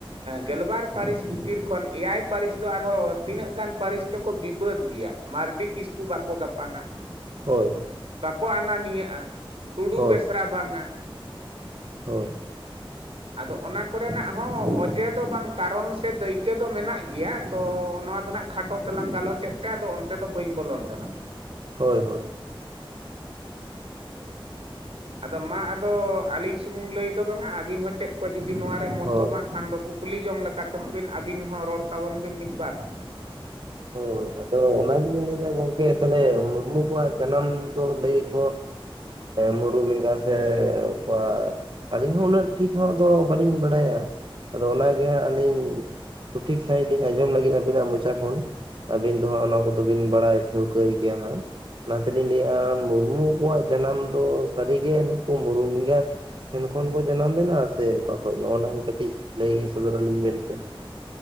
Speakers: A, on the right; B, on the right.
A: ᱜᱮᱞᱵᱟᱨ ᱯᱟᱹᱨᱤᱥ ᱵᱷᱤᱛᱤᱨ ᱠᱷᱚᱱ ᱮᱭᱟᱭ ᱯᱟᱹᱨᱤᱥ ᱫᱚ ᱟᱨᱦᱚᱸ ᱛᱤᱱᱟᱹᱜ ᱜᱟᱱ ᱯᱟᱹᱨᱤᱥᱼᱼ ᱪᱚᱠᱚ ᱵᱤᱵᱟᱹᱫ ᱜᱮᱭᱟ ᱢᱟᱨᱰᱤ ᱠᱤᱥᱠᱩ ᱵᱟᱠᱚ ᱜᱟᱯᱟᱱᱟ᱾
B: ᱦᱳᱭ
A: ᱵᱟᱠᱚ ᱟᱱᱟᱱᱤᱭᱟᱹᱜᱼᱟ ᱴᱩᱰᱩ
B: ᱦᱳᱭ
A: ᱵᱮᱥᱨᱟ ᱵᱟᱝᱟ,
B: ᱦᱳᱭ
A: ᱟᱫᱚ ᱚᱱᱟ ᱠᱚᱨᱮᱱᱟᱜ ᱦᱚᱸ ᱚᱡᱮ ᱫᱚ ᱵᱟᱝ ᱠᱟᱨᱚᱱ ᱥᱮ ᱫᱟᱹᱭᱠᱟᱹ ᱫᱚ ᱢᱮᱱᱟᱜ ᱜᱮᱭᱟ, ᱛᱚ ᱱᱚᱣᱟ ᱫᱚ ᱱᱟᱜ ᱠᱷᱟᱴᱚ ᱛᱮᱞᱟᱝ ᱜᱟᱞᱚᱪᱮᱫ ᱛᱮ ᱟᱫᱚ ᱚᱱᱛᱮ ᱫᱚ ᱵᱟᱹᱧ ᱵᱚᱞᱚᱱ ᱠᱟᱱᱟ᱾
B: ᱦᱳᱭ ᱦᱳᱭ᱾
A: ᱟᱫᱚ ᱢᱟ ᱟᱫᱚ ᱟᱹᱞᱤᱧ ᱥᱩᱢᱩᱝ ᱞᱟᱹᱭ ᱫᱚ ᱵᱟᱝᱟ, ᱟᱹᱵᱤᱱ ᱦᱚᱸ ᱪᱮᱫ ᱠᱚ ᱡᱩᱫᱤ ᱱᱚᱣᱟᱨᱮ ᱢᱚᱛᱚ
B: ᱦᱳᱭ
A: ᱵᱟᱝᱠᱷᱟᱱ ᱫᱚ ᱠᱩᱠᱞᱤ ᱡᱚᱝ ᱞᱮᱠᱟ ᱛᱮᱦᱚᱸ ᱵᱤᱱ ᱟᱹᱵᱤᱱ ᱦᱚᱸ ᱨᱚᱲ ᱛᱟᱵᱚᱱ ᱵᱤᱱ ᱢᱤᱫ ᱵᱟᱨ᱾
B: ᱦᱳᱭ ᱟᱫᱚ ᱚᱱᱟ ᱜᱮᱞᱤᱧ ᱞᱟᱹᱭᱫᱟ, ᱜᱚᱝᱠᱮ ᱛᱟᱦᱞᱮ ᱢᱩᱨᱢᱩ ᱠᱚᱣᱟᱜ ᱡᱟᱱᱟᱢ ᱫᱚ ᱞᱟᱹᱭ ᱟᱠᱚ ᱢᱩᱨᱩᱢ ᱮᱸᱜᱟ ᱥᱮ ᱚᱠᱟ ᱟᱹᱞᱤᱧ ᱦᱚᱸ ᱩᱱᱟᱹᱜ ᱴᱷᱤᱠ ᱦᱚᱸ ᱵᱟᱹᱞᱤᱧ ᱵᱟᱲᱟᱭᱟ, ᱟᱫᱚ ᱚᱱᱟᱜᱮ ᱦᱟᱸᱜ ᱟᱹᱞᱤᱧᱼᱼ ᱥᱚᱴᱷᱤᱠ ᱥᱟᱺᱦᱤᱡ ᱞᱤᱧ ᱟᱸᱡᱚᱢ ᱞᱟᱹᱜᱤᱫ ᱟᱹᱵᱤᱱᱟᱜ ᱢᱚᱪᱟ ᱠᱷᱚᱱ᱾ ᱟᱹᱵᱤᱱ ᱫᱚ ᱦᱟᱸᱜ ᱚᱱᱟ ᱠᱚᱫᱚ ᱵᱤᱱ ᱵᱟᱲᱟᱭ ᱴᱷᱟᱹᱣᱠᱟᱹᱭ ᱜᱮᱭᱟ ᱦᱟᱸᱜ, ᱚᱱᱟ ᱛᱮᱞᱤᱧ ᱞᱟᱹᱭᱮᱫᱼᱟ ᱢᱩᱨᱢᱩ ᱠᱚᱣᱟᱜ ᱡᱟᱱᱟᱢ ᱫᱚ ᱥᱟᱹᱨᱤᱜᱮ ᱱᱩᱠᱩ ᱢᱩᱨᱢ ᱢᱮᱸᱜᱟᱼᱼ ᱴᱷᱮᱱ ᱠᱷᱚᱱ ᱠᱚ ᱡᱟᱱᱟᱢ ᱞᱮᱱᱟ ᱥᱮ ᱚᱠᱟ ᱠᱷᱚᱱ ᱱᱚᱜ- ᱟ ᱜᱮ ᱠᱟᱹᱴᱤᱡ ᱞᱟᱹᱭ ᱥᱚᱫᱚᱨ ᱟᱹᱞᱤᱧ ᱵᱮᱱ ᱥᱮ᱾